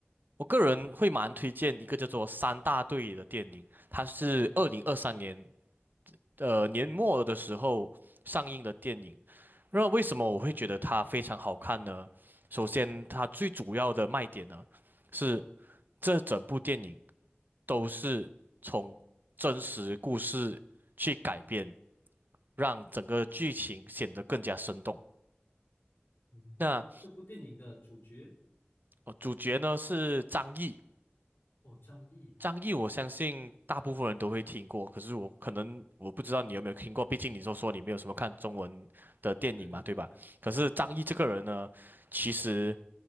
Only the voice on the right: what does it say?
我个人会蛮推荐一个叫做《三大队》的电影，它是二零二三年呃年末的时候上映的电影。那为什么我会觉得它非常好看呢？首先，它最主要的卖点呢是这整部电影都是从真实故事去改编，让整个剧情显得更加生动。
那
呃主角呢是张译，
张译，我相信大部分人都会听过，可是我可能我不知道你有没有听过，毕竟你说说你没有什么看中文的电影嘛，
对吧？可是张译这个人呢，其实